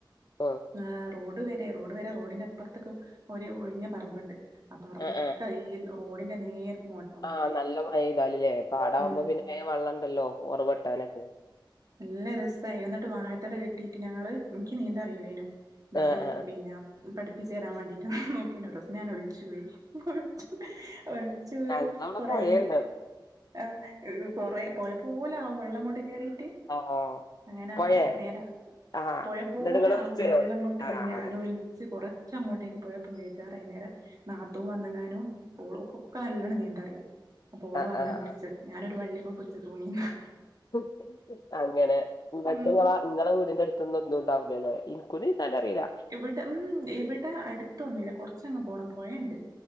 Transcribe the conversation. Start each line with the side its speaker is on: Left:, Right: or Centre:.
Left: ഉം
Right: ആഹ് റോഡ് വരെ റോഡ് വരെ റോഡിന്റെ അപ്പർത്ത്ക്കും ഒരു ഒഴിഞ്ഞ പറമ്പ്ണ്ട് ആ പറമ്പൊക്കെ
Left: ആഹ്
Right: ഈ റോഡിന്റെ നേരെ ഇങ്ങോട്ടാ
Left: ആ നല്ല മഴയ്താല് ലെ പാടകുമ്പോ
Right: ഉം
Left: പിന്നെ വേം വള്ളണ്ടല്ലോ ഒറവൊട്ടാനൊക്കെ
Right: നല്ലരു ഇതായിനു. ഇന്നട്ട് വാഴതട വെട്ടീട്ട് ഞങ്ങള് ഇൻക്ക് നീന്താറീല്ലേനു ഇന്നട്ട്
Left: ആഹ് ആഹ്
Right: പിന്നെ പഠിപ്പിച്ചരാൻ വാണ്ടീട്ട് നോക്കീനോരീസം ഞാൻ ഒൽച്ചോയി ഒൽച്ചോയി ഒൽച്ചോയി
Left: ഞങ്ങളവിടെ
Right: കൊറേ,
Left: പൊഴേണ്ട്
Right: ആഹ് കൊറേ പൊഴപോലെ ആവും വെള്ളങ്ങോട്ട്‌കേറീട്ട്,
Left: ആഹ്
Right: അങ്ങനെ
Left: പൊഴേ
Right: നേര
Left: ആഹ്
Right: പൊഴപോലെയാവും
Left: എന്നിട്ട് ഇങ്ങള് വിളിച്ചോ
Right: വെള്ളങ്ങോട്ട്
Left: ആഹ്
Right: കേറി ഞാനോ
Left: അങ്ങനെ
Right: ഒൽച്ച് കൊറച്ചങ്ങോട്ടേക്ക് പോയപ്പം <unintelligible> നാത്തും വന്നങ്ങാനും ഓള് ഒകൊക്കെ നല്ലൊണം നീന്തറിയാം. അപ്പോള്
Left: ആഹ്
Right: വന്നാ
Left: ആഹ്
Right: പുടിച്ചേ ഞാനൊരു വള്ളിമ്മ പുടിച്ചു തൂങ്ങിന്ന്
Left: <inaudible> അങ്ങനെ ഇന്നട്ട്
Right: ഉം
Left: ഇങ്ങള ഇങ്ങളെ വീടിന്റെ അട് ത്തൊന്നും ഒന്നുണ്ടാവൂല്ലലെ. ഇന്ക്കും നീന്താനറീല്ല
Right: ഇവിടെ മ്മ് ഇവിടെ അട്ത്തൊന്നുല്ല കുറച്ചങ്ങ് പോണം പൊഴണ്ട്